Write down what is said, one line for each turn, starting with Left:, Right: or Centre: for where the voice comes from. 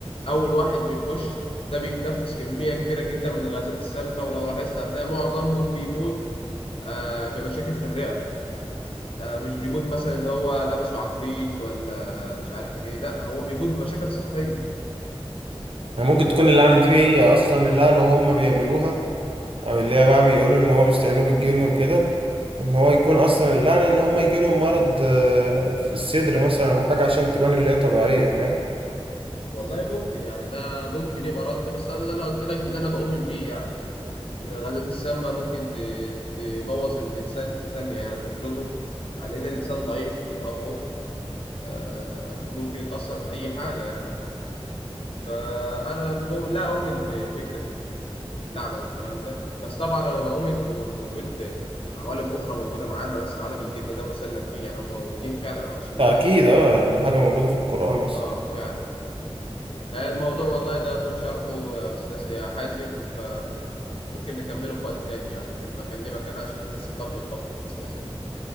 Left: أول واحد بيخش ده بيتنفس كمية كبيرة جدا من الغازات السامة ولو لاحظت هتلاقي معظمهم بيموت آه، بمشاكل في الرئة آه، مش بيموت مثلا ان هو لبسه عفريت ولا مش عارف ايه لا هو بيموت بمشاكل صحية
Right: يعني
Left: يعني
Right: ممكن تكون
Left: ما بي...
Right: اللعنة دي هي اصلا اللعنة وهم بيعملوها او اللي هي بقى بيقولوا ان هم بيستعينوا بالجن وكده ان هو يكون اصلا اللعنة ان هم يجيلهم مرض آه، في الصدر مثلا او حاجة عشان تبان اللي هي طبيعية فاهم
Left: والله ممكن يعني ده ممكن يبقى رد بس انا اللي انا قلت لك اللي انا بؤمن بيه يعني ان الغازات السامة ممكن ت... تبوظ الانسان في ثانية يعني تمرضه على ان الانسان ضعيف بطبعه آه، ممكن يتأثر بأي حاجة يعني فأنا بؤمن لا أؤمن بفكرة اللعنة والكلام ده بس طبعا أنا بؤمن بو- بوجود عوالم أخرى موجودة معانا بس عالم الجن ده مسلم بيه يعني هم موجودين فعلا وعايشين
Right: أكيد
Left: معانا
Right: أه يعني حاجة موجودة في القرآن أصلا.
Left: آه فعلا آه، الموضوع والله ده طول شرحه يا أستاذ يا حازم فممكن نكمله في وقت تاني يعني هبقى أكلمك أنا عشان بس الباب بيخبط أستاذنك